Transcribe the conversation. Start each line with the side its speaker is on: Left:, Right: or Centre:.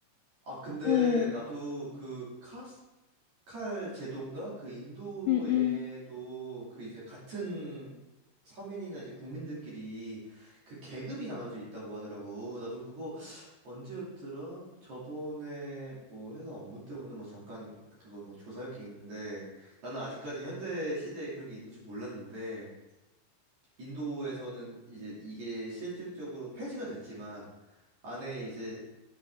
Right: 아, 근데
Left: 응,
Right: 나도 그 카스 칼 제도인가? 그 인도에도
Left: 응, 응.
Right: 그 이제 같은 서민이나 이제 국민들끼리 그 계급이 나눠져 있다고 하더라고. 나도 그거 언제였더라? 저번에 뭐 회사 업무 때문에 뭐 잠깐 그거 뭐 조사할 게 있는데 나는 아직까지 현대 시대에 그런 게 있는지 몰랐는데 인도에서는 이제 이게 실질적으로 폐지가 됐지만 안에 이제